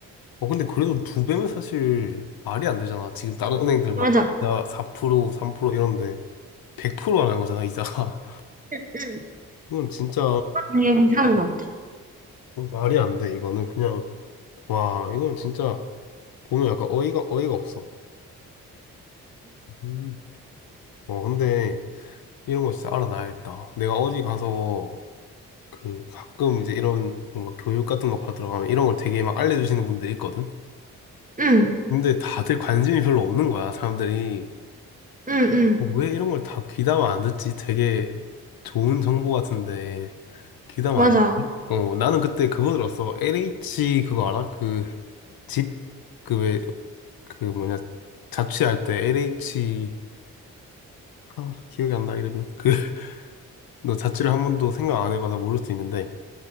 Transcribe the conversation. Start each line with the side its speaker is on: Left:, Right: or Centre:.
Left: 어, 근데 그래도 두 배면 사실 말이 안 되잖아. 지금 다른 은행들
Right: 맞아.
Left: 막 이자 4%, 3% 이런데 100%안 한 거잖아, 이자가.
Right: 응.
Left: 이건 진짜
Right: 되게 괜찮은 것 같아.
Left: 말이 안 돼. 이거는 그냥 와 이건 진짜 보면 약간 어이가 어이가 없어. 음, 어 근데 이런 거 진짜 알아놔야겠다. 내가 어디 가서 그 가끔 이제 이런 뭔가 교육 같은 거 받으러 가면 이런 걸 되게 막 알려주시는 분들이 있거든.
Right: 응.
Left: 근데 다들 관심이 별로 없는 거야. 사람들이
Right: 응, 응,
Left: 어, 왜 이런 걸 다 귀담아 안 듣지? 되게 좋은 정보 같은데 귀담아
Right: 맞아.
Left: 안. 듣지? 어 나는 그때 그거 들었어. LH 그거 알아? 그집그왜 그 뭐냐 자취할 때 LH 아, 기억이 안 나 이름이 그 <laughs> 너 자취를 한 번도 생각 안 해봐서 모를 수 있는데